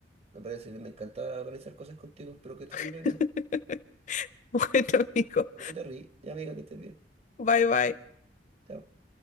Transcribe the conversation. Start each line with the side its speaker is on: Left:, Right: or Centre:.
Right: me parece que me encanta organizar cosas contigo. Espero que estés
Left: <laughs>
Right: súper bien.
Left: Bueno, amigo.
Right: Espero que te ríes. Ya, amiga, que estés bien.
Left: Bye, bye.
Right: Chao.